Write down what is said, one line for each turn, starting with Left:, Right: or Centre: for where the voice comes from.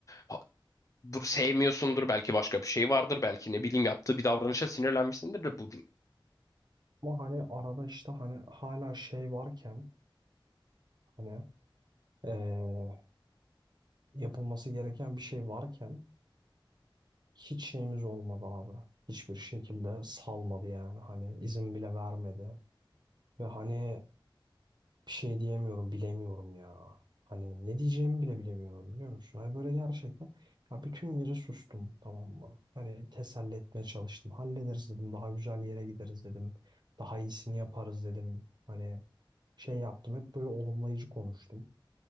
Left: ha- bu sevmiyorsundur belki başka bir şey vardır belki ne bileyim yaptığı bir davranışa sinirlenmişsindir de bu
Right: ama hani arada işte hani hala şey varken hani eee, yapılması gereken bir şey varken hiç şeyimiz olmadı abi. Hiçbir şekilde salmadı yani hani izin bile vermedi. Ve hani Bir şey diyemiyorum, bilemiyorum ya. Hani ne diyeceğimi bile bilemiyorum biliyor musun? Hani böyle gerçekten ya bütün gece sustum tamam mı? Hani teselli etmeye çalıştım. Hallederiz dedim, daha güzel yere gideriz dedim. Daha iyisini yaparız dedim. Hani şey yaptım hep böyle olumlayıcı konuştum.